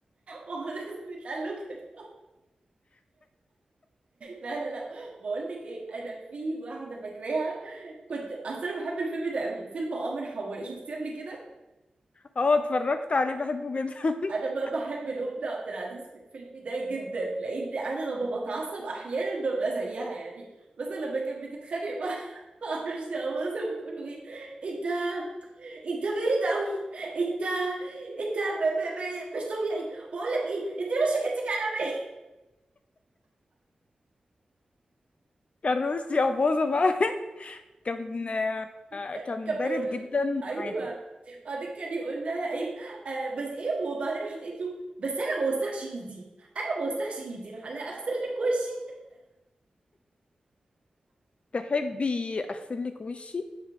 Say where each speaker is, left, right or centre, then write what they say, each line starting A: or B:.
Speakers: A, on the right (about 55°); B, on the left (about 50°).
A: ما هو لازم يتقال له كده لا لا لا بقول لك ايه انا في واحده فاكراها كنت اصل انا بحب الفيلم ده قوي فيلم آمر حواء شفتيه قبل كده
B: اه اتفرجت عليه بحبه جدا <laughs>
A: انا ما بحب الام ده عبد العزيز في الفيلم ده جدا لان انا لما بتعصب احيانا ببقى زيها يعني مثلا لما كانت بتتخانق مع <laughs> ما اعرفش مثلا بتقول له ايه انت انت بارد قوي انت انت م... م... م... مش طبيعي بقول لك ايه اديني وشك اديك على مين
B: كان روسي ابوظه بقى <laughs> كان آه،
A: كان
B: كان
A: كان
B: بارد
A: بيقول
B: جدا
A: ايوه
B: معاها
A: بعدين كان يقول لها ايه آه بس ايه وبعدين راحت قالت له بس انا ما وسخش ايدي انا ما وسخش ايدي راح قال لها اغسل لك وشي
B: تحبي اغسل لك وشي